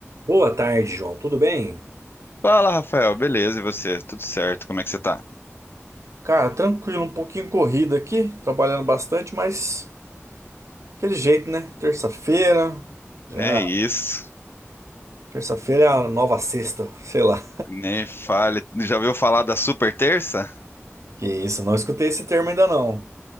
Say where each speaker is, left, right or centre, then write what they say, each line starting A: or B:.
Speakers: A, on the right; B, on the left.
A: Boa tarde, João. Tudo bem?
B: Fala, Rafael. Beleza, e você? Tudo certo? Como é que você tá?
A: Cara, tranquilo, um pouquinho corrido aqui, trabalhando bastante, mas aquele jeito, né? Terça-feira, já.
B: É isso.
A: Terça-feira é a nova sexta, <laughs> sei lá.
B: Nem fale. Já ouviu falar da Super Terça?
A: Que isso, não escutei esse termo ainda não.